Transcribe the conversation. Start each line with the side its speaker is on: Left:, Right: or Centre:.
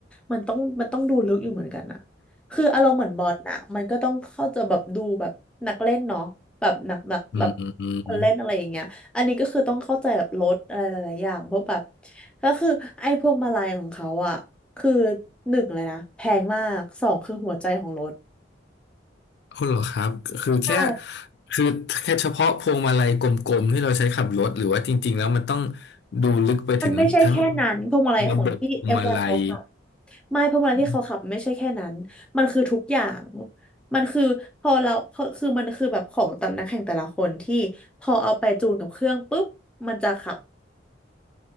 Centre: มันต้องมันต้องดูลึกอยู่เหมือนกันอะคืออารมณ์เหมือนบอลนะมันก็ต้องเข้าใจแบบดูแบบนักเล่นเนาะแบบหนักหนักแบบ
Left: อืมอืม
Centre: คนเล่นอะไรอย่างเงี้ยอันนี้ก็คือต้องเข้าใจแบบรถอะไรหลายๆอย่างเพราะแบบก็คือไอ้พวกมาลัยของเขาอ่ะคือหนึ่งเลยนะแพงมากสองคือหัวใจของรถ
Left: เอาเหรอครับ คือแค่
Centre: ใช่
Left: คือแค่เฉพาะพวงมาลัยกลมๆที่เราใช้ขับรถหรือว่าจริงๆแล้วมันต้องดูลึกไปถึงทั้ง
Centre: มันไม่ใช่แค่นั้นพวงมาลัยของที่
Left: ระบบพวงมาลัย
Centre: F1 เขาขับไม่เพราะมาลันที่เขาขับไม่ใช่แค่นั้นมันคือทุกอย่าง
Left: อม
Centre: มันคือพอเราพอคือมันคือแบบของแต่ละนักแข่งแต่ละคนที่พอเอาไปจูนกับเครื่องปุ๊บมันจะขับ